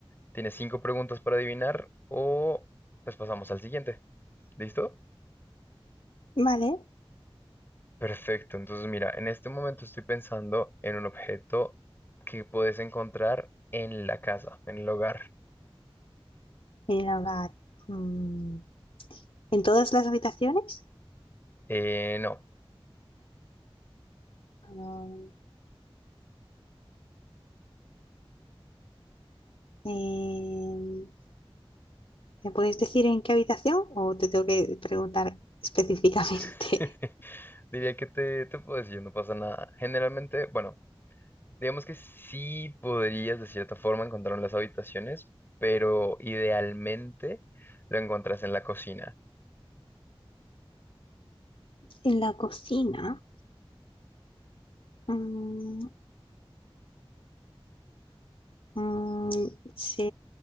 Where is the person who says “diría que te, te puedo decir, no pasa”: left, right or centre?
Left